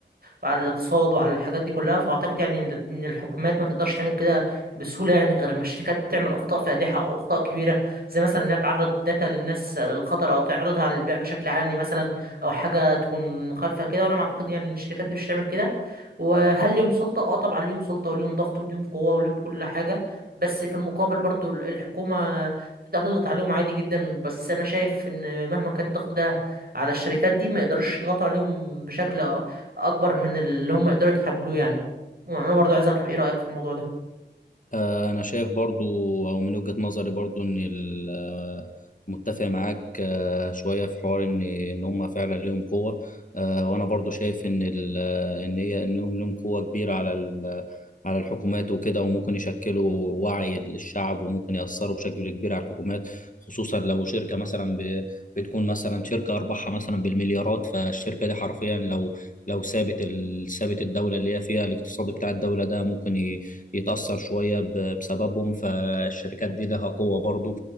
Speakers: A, on the right; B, on the left.
A: على الاقتصاد وعلى الحاجات دي كلها فأعتقد يعني إن إن الحكومات ما تقدرش تعمل كده بسهولة يعني غير ما الشركات تعمل أخطاء فادحة أو أخطاء كبيرة زي مثلا إنها تعرض الداتا للناس للخطر أو تعرضها للبيع بشكل علني مثلا او حاجه تكون مخالفه كده وانا معتقد يعني ان الشركات دي مش هتعمل كده وهل ليهم سلطه اه طبعا ليهم سلطه وليهم ضغط وليهم قوه وليهم كل حاجه بس في المقابل برضو الحكومه تقدر تضغط عليهم عادي جدا بس انا شايف ان مهما كان الضغط ده على الشركات دي ما يقدروش يضغطوا عليهم بشكل اكبر من اللي هم يقدروا يتحملوه يعني وانا برضو عايز اعرف ايه رايك في الموضوع ده
B: آه، أنا شايف برضو أو من وجهة نظري برضو إن ال- آه، متفق معاك آه، شوية في حوار إن إن هم فعلا ليهم قوة آه، وأنا برضو شايف إن ال- آه، إن هي إنهم ليهم قوة كبيرة على ال- على الحكومات وكده وممكن يشكلوا وعي للشعب وممكن يأثروا بشكل كبير على الحكومات خصوصا لو شركة مثلا ب- بتكون مثلا شركة أرباحها مثلا بالمليارات فالشركة دي حرفيا لو لو سابت ال- سابت الدولة اللي هي فيها الاقتصاد بتاع الدولة ده ممكن ي- يتأثر شوية ب- بسببهم فالشركات دي لها قوة برضو